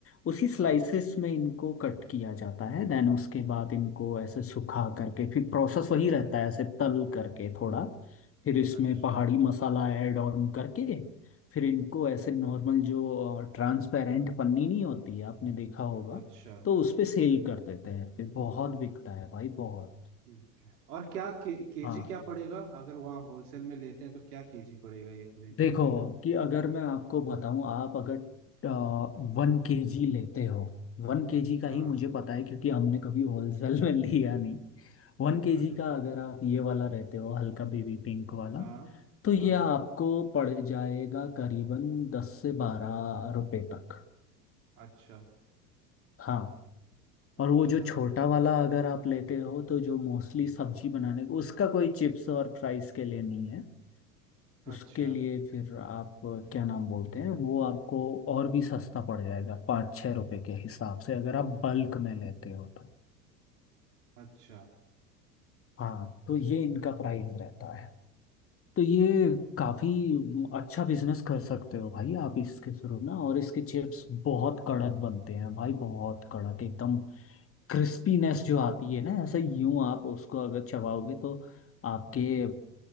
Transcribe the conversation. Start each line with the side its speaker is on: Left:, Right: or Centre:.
Left: उसी स्लाइसेस
Right: हाँ
Left: में इनको कट किया जाता है देन उसके बाद इनको ऐसे सुखा करके फिर प्रोसेस वही रहता है ऐसे तल करके थोड़ा फिर इसमें
Right: अच्छा
Left: पहाड़ी मसाला ऐड ऑन करके फिर इनको ऐसे नॉर्मल जो ट्रांसपेरेंट पन्नी नहीं होती है आपने देखा होगा
Right: अच्छा
Left: तो उस पे सेल कर देते हैं फिर बहुत बिकता है भाई बहुत
Right: ठीक है और क्या के, केजी
Left: हाँ
Right: क्या पड़ेगा अगर वहाँ होलसेल में लेते हैं तो क्या केजी पड़ेगा ये खरीदने
Left: देखो
Right: से फिर
Left: कि अगर मैं आपको बताऊं आप अगर वन केजी लेते हो वन केजी का ही
Right: हाँ
Left: मुझे पता है क्योंकि हमने कभी होलसेल में <laughs> लिया नहीं वन केजी
Right: अरे
Left: का अगर आप ये वाला रहते हो हल्का बेबी पिंक वाला
Right: हाँ
Left: तो ये
Right: हाँ
Left: आपको पड़ जाएगा करीबन दस से बारह रुपए तक
Right: अच्छा
Left: हाँ
Right: अच्छा
Left: और वो जो छोटा वाला अगर आप लेते हो तो जो मोस्टली सब्जी बनाने उसका कोई चिप्स और फ्राइज के लिए नहीं है उसके
Right: अच्छा
Left: लिए फिर आप क्या नाम बोलते हैं वो आपको और भी सस्ता पड़ जाएगा पाँच छः रुपए के हिसाब से अगर आप बल्क में लेते हो तो
Right: अच्छा
Left: हाँ तो ये इनका प्राइस रहता है तो ये काफ़ी अच्छा बिजनेस कर सकते हो भाई आप इसके थ्रू ना और इसके चिप्स बहुत कड़क बनते हैं भाई बहुत कड़क एकदम क्रिस्पीनेस जो आती है ना ऐसे यूं आप उसको अगर चबाओगे तो आपके